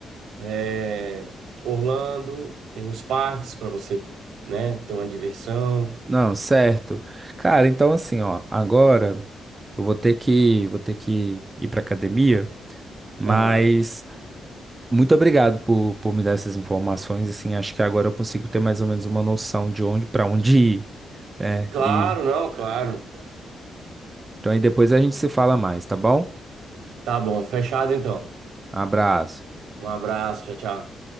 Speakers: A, on the right; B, on the right.
A: É, Orlando, tem os parques para você, né, ter uma diversão.
B: Não, certo. Cara, então assim, ó, agora eu vou ter que vou ter que ir para academia, mas
A: Aham.
B: Muito obrigado por, por me dar essas informações. Assim, acho que agora eu consigo ter mais ou menos uma noção de onde para onde ir, né?
A: Claro,
B: E
A: não, claro.
B: então aí depois a gente se fala mais, tá bom?
A: Tá bom, fechado então.
B: Abraço.
A: Um abraço, tchau, tchau.